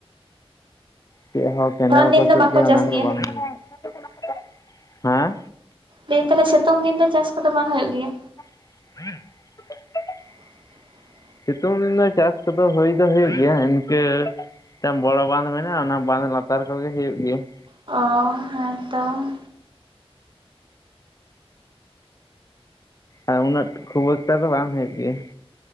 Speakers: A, on the left (about 35°); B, on the right (about 50°).
A: ᱪᱮᱫ ᱦᱚᱸ ᱠᱮᱱᱮᱞ
B: ᱫᱷᱚᱨᱚᱱ ᱫᱤᱱ
A: ᱠᱚ
B: ᱫᱚ
A: ᱪᱮᱫ
B: ᱵᱟᱝᱠᱚ
A: ᱜᱮ
B: ᱪᱟᱥ
A: ᱚᱱᱟ
B: ᱜᱮᱭᱟ
A: ᱠᱚᱫᱚ ᱵᱟᱝ <unintelligible> ᱾ ᱦᱮᱸ?
B: ᱫᱤᱱ ᱛᱟᱦᱚᱞᱮ ᱥᱤᱛᱩᱝ ᱫᱤᱱ ᱫᱚ ᱪᱟᱥ ᱠᱚᱫᱚ ᱵᱟᱝ ᱦᱩᱭᱩᱜ ᱜᱮᱭᱟ?
A: <inaudible>
B: <unintelligible>
A: ᱥᱤᱛᱩᱝ ᱫᱤᱱ ᱫᱚ ᱪᱟᱥ ᱠᱚᱫᱚ ᱦᱩᱭ ᱫᱚ ᱦᱩᱭᱩᱜ ᱜᱮᱭᱟ ᱤᱱᱠᱟᱹ ᱢᱤᱫᱴᱟᱝ ᱵᱚᱲᱚ ᱵᱟᱸᱫᱷ ᱢᱮᱱᱟᱜᱼᱟ, ᱚᱱᱟ ᱵᱟᱸᱫ ᱞᱟᱛᱟᱨ ᱠᱚᱜᱮ ᱦᱩᱭᱩᱜ ᱜᱮᱭᱟ ᱾
B: ᱚ ᱦᱮᱸ ᱛᱚ ᱾
A: ᱟᱨ ᱩᱱᱟᱹᱜ ᱠᱷᱩᱵ ᱮᱠᱴᱟ ᱫᱚ ᱵᱟᱝ ᱦᱳᱭᱳᱜ ᱜᱮᱭᱟ ᱾